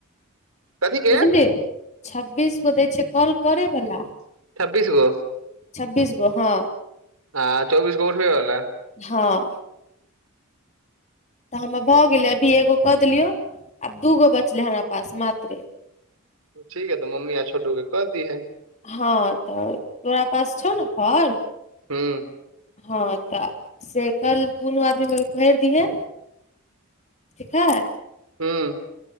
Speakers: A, on the right; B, on the left.
A: कथी के
B: बुझलि छबीस गो दै छै काॅल करे बला
A: छब्बीस गो
B: छब्बीस गो हँ
A: आ चौबिस गो उठबे वला
B: हँ तऽ हमर भऽ
A: अच्छा
B: गेलै अभी एगो कऽ देलियो आ दूगो बचले हमरा पास मात्र
A: ठीक है तो मम्मी आ छोटू के क दिहे
B: हँ तऽ तोरा पास छौ ने फोर्म
A: हूँ
B: हँ तऽ से कल दुनू आदमी मे भरि दियहे ठीक हय
A: हूँ